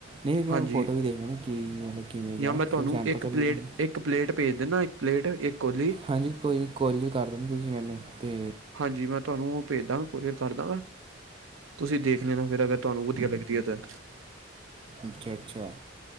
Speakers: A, on the right; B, on the right.
A: ਨਹੀਂ
B: ਹਾਂਜੀ
A: ਫੋਟੋ ਵੀ ਦੇਖਣ ਕਿ ਮਤਲਬ ਕਿਵੇਂ ਜਾ
B: ਜਾਂ ਮੈਂ ਤੁਹਾਨੂੰ
A: ਫਿਰ ਸੈਂਪਲ
B: ਇੱਕ
A: ਤਾਂ ਲੈਣ
B: ਪਲੇਟ ਇੱਕ ਪਲੇਟ ਭੇਜ ਦਿੰਦਾ ਇੱਕ ਪਲੇਟ ਇੱਕ ਕੋਲੀ
A: ਹਾਂਜੀ ਕੋਈ ਕੋਲਿਗ ਕਰ ਦਿੰਦੇ ਤੁਸੀਂ ਮੈਨੂੰ ਤੇ
B: ਹਾਂਜੀ ਮੈਂ ਤੁਹਾਨੂੰ ਉਹ ਭੇਜ ਦਾਂਗਾ ਕੂਰੀਅਰ ਕਰਦਾਂਗਾ ਤੁਸੀਂ ਦੇਖ ਲੇਨਾ ਫਿਰ ਅਗਰ ਤੁਹਾਨੂੰ ਵਧੀਆ ਲੱਗਦੀ ਹੈ ਤਾਂ
A: ਅੱਛਾ -ਅੱਛਾ